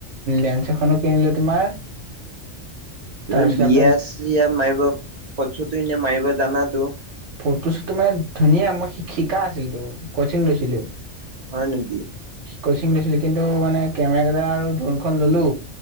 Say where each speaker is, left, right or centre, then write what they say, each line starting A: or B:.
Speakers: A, on the right; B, on the right.
A: লেন্স এখনো কিনিলোঁ তোমাৰ
B: তুমি
A: তাৰপিছত
B: বিয়া
A: আকৌ
B: চিয়া মাৰিবা ফটো চটো এনে মাৰিবা জানাতো।
A: ফটো শ্বুটো মানে ধুনীয়া মই শিকা আছিলো তো কচিং লৈছিলো।
B: হয় নেকি?
A: কচিং গৈছিলো কিন্তু মানে কেমেৰা কেইটা আৰু দোনখন ললোঁ।